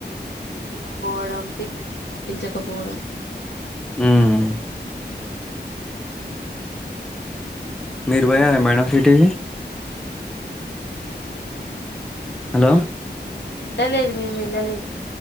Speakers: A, on the left (about 80°); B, in the centre.
A: స్పీడుగా పోవడం సిగ్నల్స్ పాటించకపోవడం
B: ఉమ్
A: వాన
B: మీరు పోయారా మేడమ్ సిటీకి
A: ఇకా మేము వెళ్ళలేదు
B: హలో
A: వెళ్ళలేదు మేము వెళ్ళలేదు